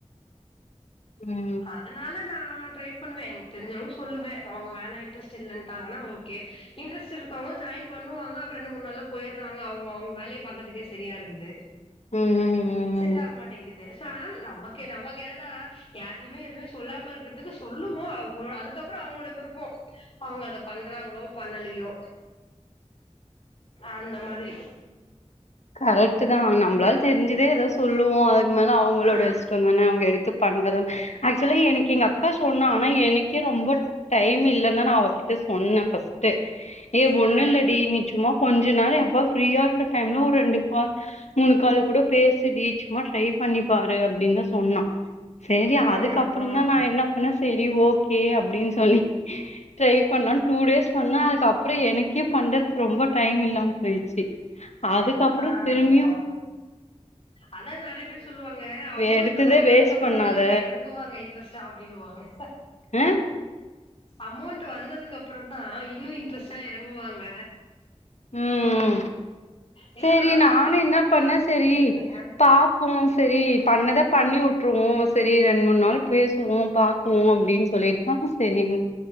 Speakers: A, on the left; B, on the left.
A: ம்
B: அதுனால நா ட்ரை பண்ணுவே எனக்கு தெருஞ்ச அளவுக்கு சொல்லுவே அவங்க வேணா இன்டரெஸ்ட் இல்லன்ட்டாங்கனா ஓகே இன்ட்ரெஸ்ட் இரு கம்முனு ஜாய்ன் பண்ணுவாங்க அப்பற ரெண்டு முணு நாலுல போயற்றாங்க அவுங்க அவுங்க வேலய பாக்கற்துகே சரியா இருக்குது
A: ம் ம் ம்
B: செட்
A: ம்.
B: ஆக மாட்டேங்குது சோ அதுனால நமக்கு நமக்கு என்னனா யார்டயுமே எதுமே சொல்லாம இருக்கறதுக்கு சொல்லுவோ அவ அதுக்கப்பறோ அவுங்களுடய விருப்போ அவுங்க அத பண்ற பண்றாங்களோ பண்ணலயோ அந்த மாதிரி
A: கரெக்ட்டு தா நம்மளால தெரிஞ்சதே ஏதாது சொல்லுவோ அதுக்கு மேல அவுங்களோட
B: ஆ
A: இஷ்டம் தான அவுங்க எடுத்து பண்றதும் ஆக்சுவலி எனக்கு எங்க அக்கா சொன்னா ஆனா எனக்கே ரொம்ப டைம் இல்லன் தா நா அவகிட்ட சொன்னெ ஃபஸ்ட்டு ஏ ஒண்ணு
B: ஆ
A: இல்லடி நீ சும்மா கொஞ்ச நேரோ எப்ப ஃப்ரீயா இருக்க டைம்ல ஒரு ரெண்டு கால் மூணு கால் கூட பேசுடீ சும்மா ட்ரை பண்ணிப்பாரு அப்டின் தா சொன்னா சேரி
B: ம்
A: அதுக்கப்பறந் தா நா
B: ம்
A: என்ன பண்ணே சேரி ஓகே அப்டின் சொல்லி ட்ரை பண்ணா டூடேஸ் பண்ணா அதுக்கப்றோ எனக்கே பண்றதுக்கு ரொம்ப டைம் இல்லாம போய்ச்சு அதுக்கப்றோ
B: ஆ
A: திரும்பியு
B: ஆ ஆ அதா நெறைய பேர் சொல்லுவாங்க அமோண்ட்டு
A: எடுத்ததே
B: வந்ததுக்கு
A: வேஸ்ட்
B: அப்பறோ
A: பண்ணாத
B: தா இதுல எறங்குவாங்க இன்ட்ரஸ்ட்டா அப்டினுவாங்க
A: அ
B: அமோண்ட்டு வந்ததுக்கு அப்றோ தா இன்னு இன்ட்ரஸ்டா எறங்குவாங்க
A: உம்
B: இல்ல
A: சரி
B: நா அது
A: நானும்
B: வரைக்கு சும்மாதா
A: என்ன பண்ணேன்
B: சுத்திட்ருந்தே
A: சரி பாப்போம் சரி பண்ணதை பண்ணி விட்ருவோம் சரி ரெண்டு மூணு நாள் பேசுவோம் பார்க்வோம் அப்படின்னு சொல்லி ஆஹ சரி